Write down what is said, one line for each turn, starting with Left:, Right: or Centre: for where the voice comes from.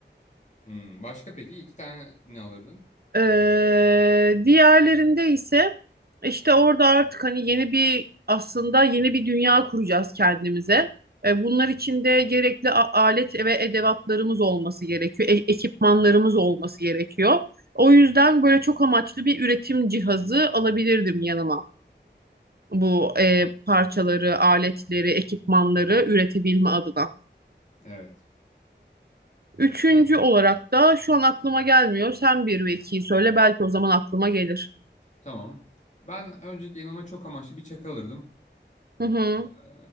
Left: Hmm, başka peki iki tane ne alırdın?
Right: Ee, diğerlerinde ise işte orada artık hani yeni bir aslında yeni bir dünya kuracağız kendimize. Ee, bunlar için de gerekli a- alet ve edevatlarımız olması gerekiyor, e- ekipmanlarımız olması gerekiyor. O yüzden böyle çok amaçlı bir üretim cihazı alabilirdim yanıma. Bu e, parçaları, aletleri, ekipmanları üretebilme adına.
Left: Evet.
Right: Üçüncü
Left: Bir-
Right: olarak da şu an aklıma gelmiyor. Sen bir ve ikiyi söyle. Belki o zaman aklıma gelir.
Left: Tamam. Ben öncelikle yanıma çok amaçlı bir çakı alırdım.
Right: Hı hı.
Left: Ee,